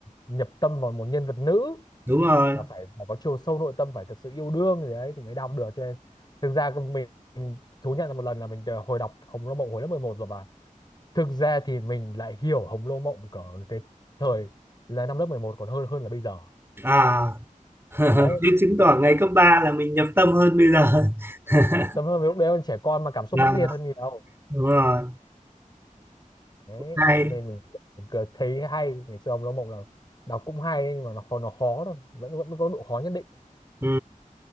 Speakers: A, on the left; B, on the right.
A: nhập tâm vào một nhân vật nữ
B: đúng rồi
A: và phải phải có chiều sâu nội tâm phải thật sự yêu đương gì đấy thì mới đọc được cho nên thực ra cái mình, mình thú nhận là một lần là mình đã hồi đọc Hồng Lô Mộng hồi lớp 11 rồi và thực ra thì mình lại hiểu Hồng Lô Mộng cỡ cái thời là năm lớp 11 còn hơn hơn là bây giờ
B: à <laughs>
A: đấy
B: thế chứng tỏ ngày cấp 3 là mình nhập tâm hơn bây giờ <laughs>
A: tâm hơn với lúc đấy còn trẻ con mà cảm xúc
B: là
A: mãnh liệt hơn nhiều
B: đúng rồi
A: đấy
B: hay
A: cho nên mình, mình cứ thấy hay ngày xưa Hồng Lô Mộng là đọc cũng hay đấy, nhưng mà nó khó nó khó thôi vẫn vẫn có độ khó nhất định
B: ừ.